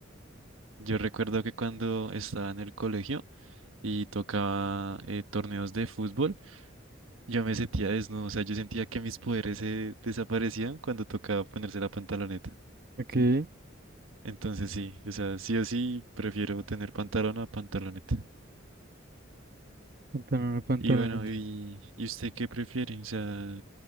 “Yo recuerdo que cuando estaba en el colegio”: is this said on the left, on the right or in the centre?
Right